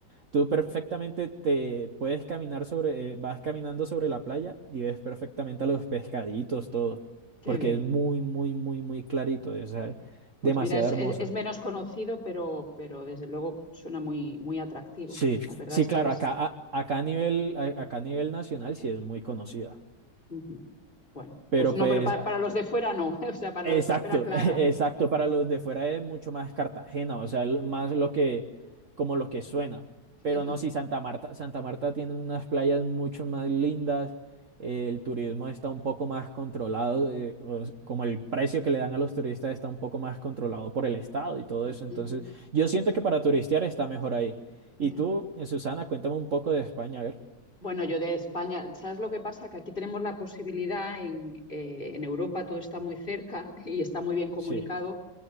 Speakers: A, on the right (about 45°); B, on the left (about 25°).
A: tú perfectamente te puedes caminar sobre, eh, vas caminando sobre la playa y ves perfectamente a los pescaditos, todo,
B: Qué
A: porque
B: bien.
A: es muy, muy, muy, muy clarito, o sea, es
B: Pues
A: demasiado
B: mira, es,
A: hermosa.
B: es- es menos conocido, pero, pero desde luego suena muy, muy atractivo.
A: Sí,
B: La verdad
A: sí,
B: es
A: claro,
B: que es,
A: acá, a- acá a nivel, a- acá a nivel nacional sí es muy conocida.
B: Ujú. Bueno,
A: Pero
B: pues no,
A: pues
B: pero pa- para, los de fuera no, <laughs> o sea, para
A: Exacto,
B: los de fuera, claro.
A: <laughs> exacto. Para los de fuera es mucho más Cartagena, o sea, el- más lo que, como lo que suena. Pero
B: Ujú,
A: no, sí, Santa Marta, Santa Marta tiene unas playas mucho más lindas. eh, el turismo está un poco más controlado, eh, o s- como el precio que le dan a los turistas está un poco más controlado por el Estado y todo eso. Entonces,
B: ujú,
A: yo siento que para turistear está mejor ahí. Y
B: ya.
A: tú, eh, Susana, cuéntame un poco de España, a ver.
B: Bueno, yo de España, ¿sabes lo que pasa? Que aquí tenemos la posibilidad, en, eh, en Europa todo está muy cerca <laughs> y está muy bien comunicado,
A: Sí,